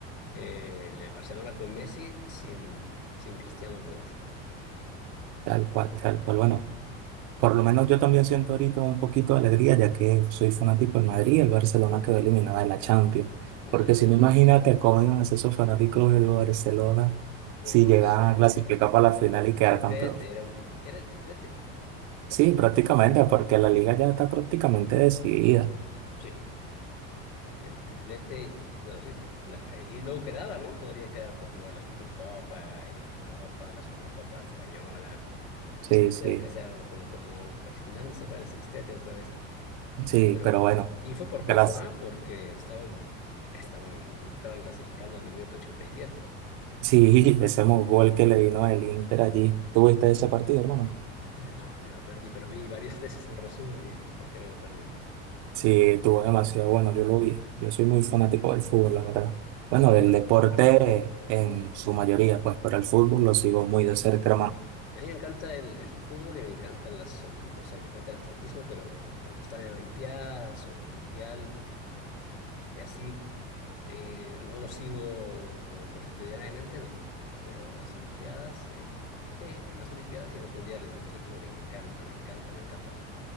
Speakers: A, on the left (about 80°); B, on the right (about 65°).
A: eh, el Barcelona con Messi sin, sin Cristiano al frente.
B: tal cual, tal cual, bueno. Por lo menos yo también siento ahorita un poquito de alegría, ya que soy fanático del Madrid y el Barcelona quedó eliminado de la Champions.
A: No.
B: Porque si no, imagínate cómo iban a ser esos fanáticos del Barcelona
A: Oh,
B: si llegaban
A: sí.
B: a clasificar
A: eh,
B: para la final y quedar
A: Triplete,
B: campeón.
A: era un tripl- era el triplete, práctica.
B: Sí, prácticamente, porque la liga ya está prácticamente decidida.
A: Sí, el triplete, bueno, sí. la- eh, y luego quedaba, ¿no? Todavía quedaba por jugar la Supercopa y de Europa, la Supercopa Española.
B: Sí,
A: Este,
B: sí,
A: o sea, como, como perfilándose para el sextete otra vez.
B: sí,
A: Pero
B: pero
A: bueno,
B: bueno,
A: po- y fue por
B: gracias.
A: poco, ¿ah? Porque estaban, estaban, estaban clasificando en el minuto ochenta y siete
B: Sí, <laughs> ese gol que le vino el Inter allí. ¿Tuviste ese partido, hermano?
A: No, me lo perdí, pero vi varias <laughs> veces el resumen y dije, ¿por qué me lo perdí?
B: Sí, tuvo demasiado bueno, yo lo vi. Yo soy muy fanático del fútbol, la verdad. Bueno,
A: No,
B: del deporte en su mayoría, pues, pero el fútbol lo sigo
A: sí,
B: muy de cerca, hermano.
A: A mí me encanta el, el fútbol y me encantan las, olim- o sea, me encanta el atletismo, pero eh, cuando están en Olimpiadas o en Mundial, eh, así eh, no lo sigo como constitucionalmente, no. Pero las Olimpiadas, eh, eh, en las Olimpiadas y en los Mundiales de atletismo me encanta, me encanta, me encanta ver.